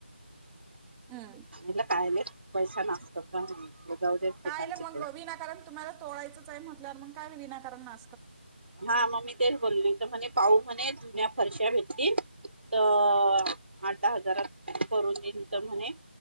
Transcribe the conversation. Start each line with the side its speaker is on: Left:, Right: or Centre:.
Centre: हम्.
Right: मला कायले पैसा नासतात का जाऊ दे
Centre: काय
Right: ठिकाण
Centre: म्हगलं
Right: तिकडे
Centre: विनाकारण तुम्हाला तोळायंचय म्हटल्यावर मग काय विनाकारण ना
Right: हा मग मी तेच बोलली तर म्हणे पाह म्हणे जुन्या फरश्या भेटतील तर आठहा हजारात करून तर म्हणे